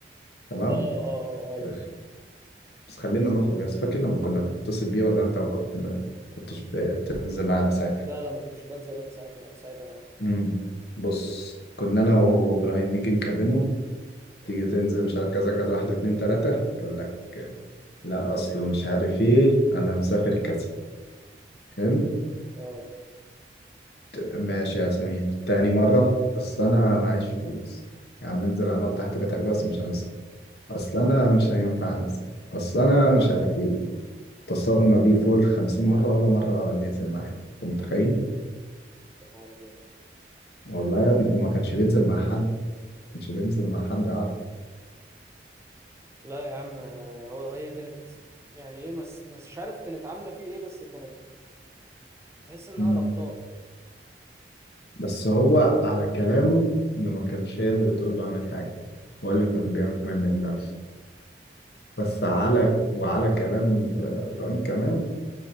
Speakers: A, on the left; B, on the right.
A: تمام
B: اه اه اه ايوه
A: بس خلينا نخرج يا اسطى فاكر لما كنا بنتصل بيه ولا أنت ما كنت- ما كنتش بتنزل معانا ساعتها
B: لا لا ما كنتش بنزل انا ساعتها ساعتها معاك
A: مم. بص كنا انا وابراهيم نيجي نكلمه تيجي تنزل مش عارف كذا كذا واحد اتنين تلاتة يقول لك لا أصله مش عارف إيه أنا مسافر كذا حلو
B: اه
A: ماشي يا سمير تاني مرة أصل أنا معيش فلوس يا عم انزل أنط تحت بيتك بس مش عايز أصل أنا مش هينفع أنزل أصل أنا مش عارف إيه اتصلنا بيه فوق الخمسين مرة ولا مرة ننزل معاه أنت متخيل؟
B: يا نهار أبيض.
A: والله يا ابني وما كانش بينزل مع حد ما كانش بينزل مع حد
B: لا يا عم هو هي كانت يعني ايه مس مش عارف كانت عامله فيه ايه بس كانت تحس انها
A: يعرف
B: ربطاه
A: بس هو على كلامه إنه ما كانش هي اللي بتقول له أعمل حاجة هو اللي كان بيعمل من نفسه بس على وعلى كلام ب- إبراهيم كمان